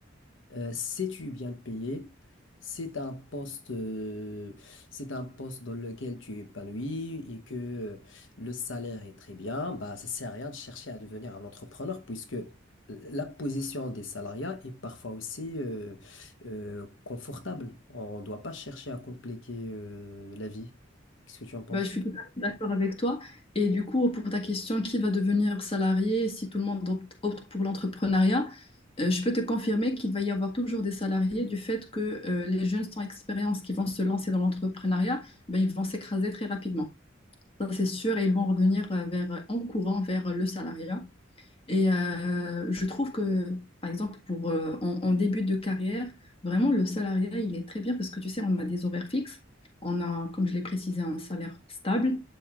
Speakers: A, on the left; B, on the left.
A: euh, sais-tu bien payé? C'est un poste, euh, c'est un poste dans lequel tu es épanoui et que euh, le salaire est très bien. Bah, ça sert à rien de chercher à devenir un entrepreneur puisque euh, la position des salariés est parfois aussi euh, euh, confortable. On ne doit pas chercher à compliquer euh, la vie. Qu'est-ce que tu en penses?
B: Bah, je suis tout à fait d'accord avec toi. Et du coup, pour ta question, qui va devenir salarié si tout le monde opte opte pour l'entrepreneuriat, euh, je peux te confirmer qu'il va y avoir toujours des salariés du fait que euh, les jeunes sans expérience qui vont se lancer dans l'entrepreneuriat, ben, ils vont s'écraser très rapidement. Ça, c'est sûr, et ils vont revenir euh, vers, en courant vers le salariat. Et euh, je trouve que, par exemple, pour, euh, en, en début de carrière, vraiment, le salariat, il est très bien parce que, tu sais, on a des horaires fixes, on a, comme je l'ai précisé, un salaire stable